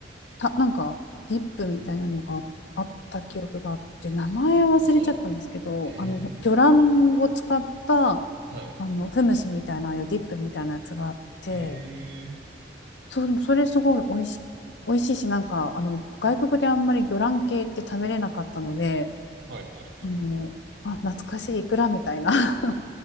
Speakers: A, on the left; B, on the right.
A: た、なんか、ディップみたいなのがあった記憶があって、名前忘れちゃったんですけど、
B: はい。え
A: あの、魚卵を使った、
B: え、はい。
A: あの、フムスみたいな、ああいうディップみたいなやつがあって、
B: ええ、
A: そう、でもそれすごい美味し、美味しいし、なんか、あの、外国であんまり魚卵系って食べれなかったので、
B: はいはいはい。
A: あの、あ、懐かしいイクラみたいな、<laughs>